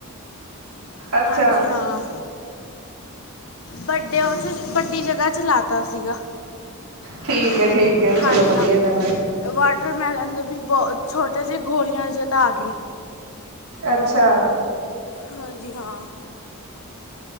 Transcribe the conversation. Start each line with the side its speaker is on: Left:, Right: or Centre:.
Right: ਅੱਛਾ
Left: ਹਾਂਜੀ ਹਾਂ- ਵੱਡੇ ਉਹ 'ਚ ਵੱਡੀ ਜਗ੍ਹਾ 'ਚ ਲਾਤਾ ਸੀਗਾ।
Right: ਠੀਕ ਏ। ਠੀਕ- ਹੈ
Left: ਹਾਂਜੀ
Right: ਚਲੋ ਵਧੀਆ
Left: ਹਾਂ
Right: ਗੱਲ ਹੈ
Left: ਵਾਟਰਮੈਲਨ ਦੇ ਵੀ ਬਹੁਤ ਛੋਟੇ ਜਿਹੇ ਗੋਲੀਆਂ ਜੇ ਤਾਂ ਆ ਗਏ।
Right: ਅਛਾ-
Left: ਹਾਂਜੀ ਹਾਂ-